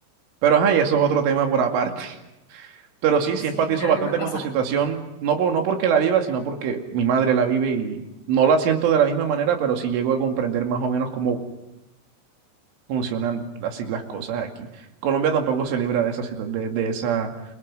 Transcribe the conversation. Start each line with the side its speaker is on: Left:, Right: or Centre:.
Right: Pero ajá, y eso es otro tema por aparte. <laughs> Pero sí,
Left: Sí,
Right: sí empatizo
Left: creo
Right: bastante
Left: que me pasa.
Right: con tu situación, no por, no porque la viva, sino porque mi madre la vive y no la siento de la misma manera, pero sí llego a comprender más o menos cómo funcionan así las cosas aquí. Colombia tampoco se libra de esa, situ- de, de esa,